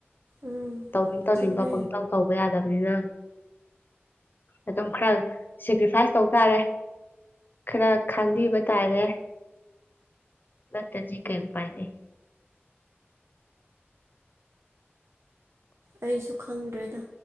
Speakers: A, on the right; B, on the left.
A: ꯎꯝ
B: ꯇꯧꯅꯤꯡ ꯇꯧꯅꯤꯡꯕ
A: ꯆꯨꯝꯃꯦ
B: ꯄꯪꯇꯥꯎ ꯇꯧꯕ ꯌꯥꯗꯝꯅꯤꯅ ꯑꯗꯨꯝ ꯈꯔ ꯁꯦꯀ꯭ꯔꯤꯐꯥꯏꯁ ꯇꯧ ꯇꯥꯔꯦ ꯈꯔ ꯈꯪꯕꯤꯕ ꯇꯥꯔꯦ ꯅꯠꯇꯗꯤ ꯀꯩ ꯎꯄꯥꯏ ꯂꯩꯩ
A: ꯑꯩꯁꯨ ꯈꯪꯗ꯭ꯔꯦꯗ